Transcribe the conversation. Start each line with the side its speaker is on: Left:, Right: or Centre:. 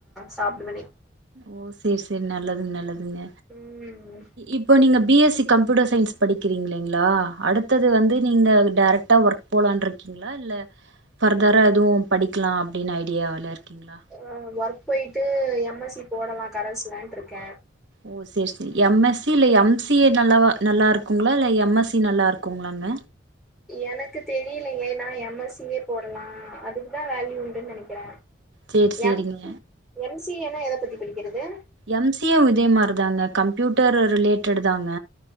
Centre: சாப்டுவேனே
Right: ஓ சேர் சேரி நல்லதுங்க நல்லதுங்க
Centre: ம்
Right: இப்ப நீங்க B S C computer science படிக்கிறீங்களீங்களா அடுத்தது வந்து நீங்க டேரக்ட்டா ஒர்க் போலான் இருக்கீங்களா இல்ல ஃபர்தரா எதுவு படிக்கலா அப்டின்னு ஐடியால இருக்கீங்களா
Centre: ஆ ஒர்க் போயிட்டு எம் எஸ் சி போடலா கரெஸ்லன்டு இருக்கே
Right: ஓ செரி செரி எம் எஸ் சி இல்ல எம் சி எ நல்லவா நல்லா இருக்குங்களா இல்ல எம் எஸ் சி நல்லா இருக்குங்களாங்க
Centre: எனக்கு தெரியலங்களே நா எம் எஸ் சியே போடலா அதுக்கு தா வேல்யூ உண்டுன்னு நெனைக்கிறே
Right: சேரி சேரிங்க
Centre: எம் எம் சி ஏன்னா எத பத்தி படிக்கிறது
Right: எம் சி ஏவு இதே மாரி தாங்க கம்ப்யூட்டர் ரிலேட்டட் தாங்க